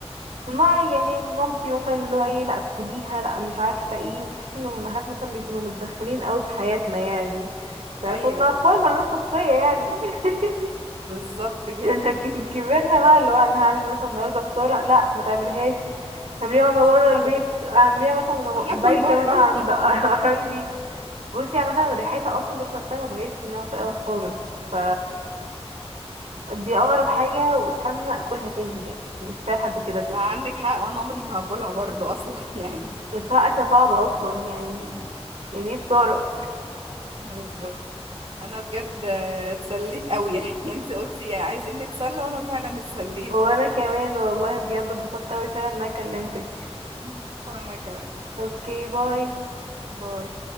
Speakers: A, on the right; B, on the right.
A: ما يعني مامتي مثلا اللي هو ايه لا كليها لا مش عارفه ايه بحس ان الامهات مثلا بيكونوا متدخلين قوي في حياتنا يعني فكنا
B: ايوه
A: اطفال ملناش شخصيه يعني <laughs>
B: بالظبط كده
A: لكن كبرنا بقى اللي هو انا هعمل مثلا النهارده بصاره لا ما تعملهاش اعمليها وانا
B: مش
A: بره
B: هاكلك
A: البيت اعمليها مثلا وانا
B: هاكل
A: بايته
B: بره
A: مثلا عند <laughs> قرايبي بصي يعني مثلا ريحتها اصلا ذات نفسها ما بقتش انها طايقه خالص ف دي اغرب حاجه واستنى اكلها تاني يعني كفايه لحد كده بجد.
B: عندك حق وانا عمري ما هاكلها برضو اصلا <laughs> يعني
A: كانت بصراحة أكلة صعبة أصلا يعني يعني إيه بصارة
B: بالظبط بالظبط انا بجد آه، اتسليت قوي يعني <laughs> انت قلتي عايزين نتسلى وانا فعلا اتسليت
A: وأنا كمان والله بجد اتبسطت أوي فعلا إن أنا كلمتك
B: <laughs> وانا كمان
A: أوكي باي
B: باي